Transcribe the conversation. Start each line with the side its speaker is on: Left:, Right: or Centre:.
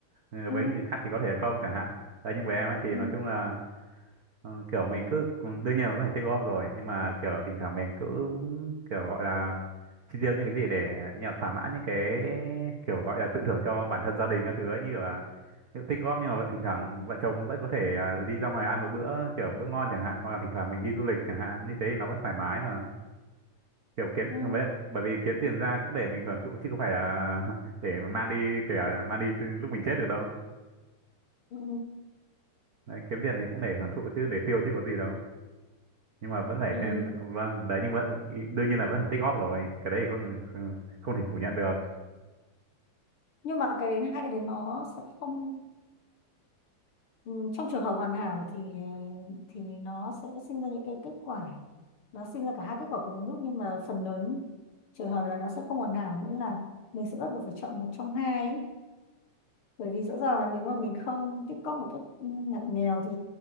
Right: ừ,
Left: ừ
Right: với người khác thì có thể không chẳng hạn đấy nhưng với em ấy thì
Left: ừ
Right: nói chung là Ờ, kiểu mình cứ đương nhiên là vẫn phải tích góp rồi nhưng mà kiểu thỉnh thoảng mình cứ kiểu gọi là chi tiêu những cái gì để như thỏa mãn những cái kiểu gọi là tự thưởng cho bản thân gia đình các thứ ấy như kiểu là kiểu tích góp nhưng mà vẫn thỉnh thoảng vợ chồng vẫn có thể à, đi ra ngoài ăn một bữa kiểu bữa ngon chẳng hạn hoặc là thỉnh thoảng mình đi du lịch chẳng hạn như thế thì nó vẫn thoải mái mà kiểu kiếm
Left: ừ
Right: với lại- bởi vì kiếm tiền ra cũng để mình hưởng thụ chứ không phải là <laughs> để mà mang đi kể cả mang đi lúc mình chết được đâu
Left: ừ
Right: đấy, kiếm tiền thì cũng để hưởng thụ chứ để tiêu chứ có gì đâu nhưng mà vẫn phải
Left: thì
Right: tên vâng đấy nhưng mà đương nhiên là vẫn phải tích góp rồi cái đấy thì không không, không thể phủ nhận được
Left: nhưng mà cái đến hai cái đến nó sẽ không ừ, trong trường hợp hoàn hảo thì ờ, thì nó sẽ sinh ra những cái kết quả nó sinh ra cả hai kết quả cùng một lúc nhưng mà phần lớn trường hợp là nó sẽ không hoàn hảo nghĩa là mình sẽ bắt buộc phải chọn một trong hai ấy. bởi vì rõ ràng là nếu mà mình không tích cóp một cách ừ, ngặt nghèo thì